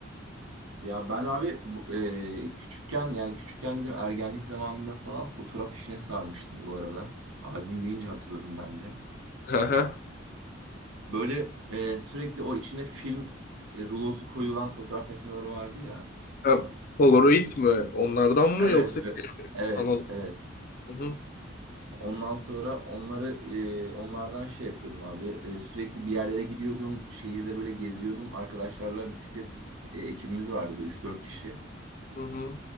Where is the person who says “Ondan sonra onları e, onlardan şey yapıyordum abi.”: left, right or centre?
Right